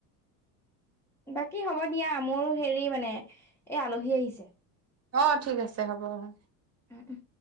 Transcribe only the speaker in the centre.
বাকী হ'ব দিয়া মোৰো হেৰি মানে এই আলহী আহিছে।
উম, উম।